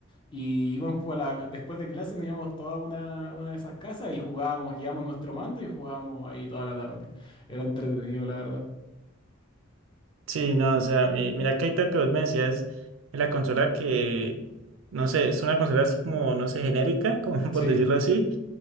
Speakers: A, on the left; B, on the right.
A: Y íbamos pues, a la, después de clase, nos íbamos toda una, una de esas casas y jugábamos, llevábamos nuestro mando y jugábamos ahí toda la tarde. Era entretenido, la verdad.
B: sí, no, o sea, mi- mira que ahorita que vos me decías, la consola que, no sé, es una consola así como, no sé, genérica, como
A: Sí.
B: <laughs> por decirlo así,